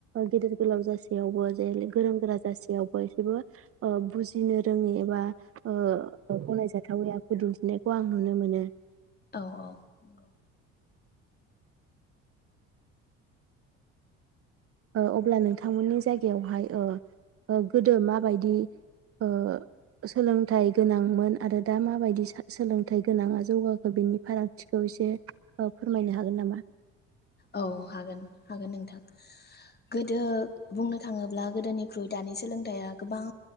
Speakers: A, on the right; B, on the left.
A: गेदेर गोलाव जासेयावबो जे गोरों गोरा जासेयावबो एसेबो बुजिनो रोङि एबा ओ गनाय जा थावै आखु दिनथिनायखौ आं नुनो मोनो।
B: औ औ नंगौ।
A: ओ अब्ला नोंथांमोननि जायगायावहाय ओ ओ गोदो माबायदि ओ सोलोंथाइ गोनांमोन आरो दा माबायदि सो-सोलोंथाइ गोनाङा जौगाखो बिनि फारागथिखौ एसे ओ फोरमायनो हागोन नामा?
B: औ हागोन हागोन नोंथां गोदो बुंनो थाङोब्ला गोदोनिख्रुइ दानि सोलों थाया गोबां